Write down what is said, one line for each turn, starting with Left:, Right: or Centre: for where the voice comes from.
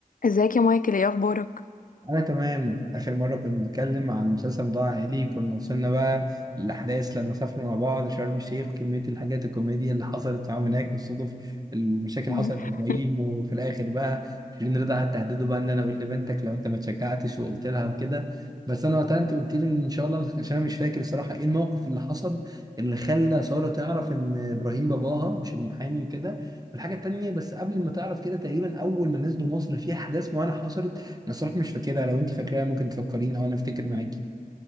Left: ازيك يا مايكل ايه اخبارك
Right: أنا تمام آخر مرة كنا بنتكلم عن مسلسل موضوع عائلي كنا وصلنا بقى للأحداث لما سافروا مع بعض شرم الشيخ وكمية الحاجات الكوميديا اللي حصلت معاهم هناك والصدف المشاكل اللي
Left: <laughs>
Right: حصلت لإبراهيم وفي الآخر بقى شيرين رضا قعدت تهدده بقى إن أنا أقول لبنتك لو أنت ما اتشجعتش وقلت لها وكده بس أنا وقتها أنت قلت لي إن إن شاء الله عشان أنا مش فاكر الصراحة إيه الموقف اللي حصل اللي خلى سارة تعرف إن إبراهيم باباها مش المحامي وكده والحاجة التانية بس قبل ما تعرف كده تقريبا أول ما نزلوا مصر في أحداث معينة حصلت انا صراحه مش فاكرها لو انت فاكراها ممكن تفكريني او انا افتكر معاكي